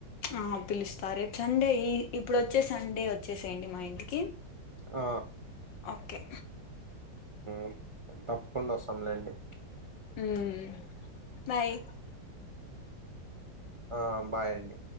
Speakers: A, on the left (about 80°); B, on the right (about 35°).
A: ఆ పిలుస్తారే చండే ఇప్పుడు వచ్చే సండే వచ్చేసేయండి మా ఇంటికి
B: ఆ
A: ఓకె
B: మ్ తప్పకుండా వస్తాంలేండి
A: మ్ బాయ్
B: ఆమ్ బాయ్ అండి